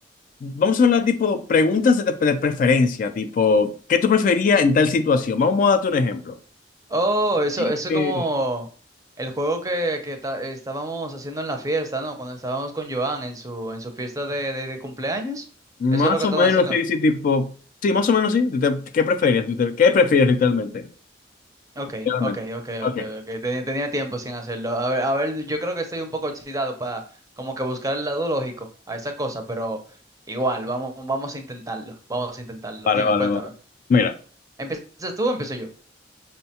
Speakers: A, on the left (about 50°); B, on the right (about 20°).
A: vamos a hablar tipo preguntas de, de preferencia, tipo, ¿qué tú preferías en tal situación? Vamos a darte un ejemplo.
B: Oh, eso,
A: Sí,
B: eso
A: que-
B: es como el juego que, que ta- estábamos haciendo en la fiesta, ¿no? Cuando estábamos con Joan en su, en su fiesta de, de, de cumpleaños.
A: Más
B: Eso es lo que
A: o
B: estamos
A: menos
B: haciendo.
A: sí, sí, tipo, sí, más o menos sí. ¿Tú te- ¿Qué prefieres? ¿Tú te- ¿Qué prefieres literalmente?
B: Ok,
A: Realmente.
B: ok, ok,
A: Ok,
B: ok, ok. Tenía, tenía tiempo sin hacerlo. A ver, a ver, yo creo que estoy un poco oxidado para como que buscar el lado lógico a esa cosa, pero igual, vamos, vamos a intentarlo. Vamos a intentarlo.
A: Vale,
B: Dime,
A: vale,
B: cuéntame.
A: vale. Mira,
B: ¿Empiezas tú o empiezo yo?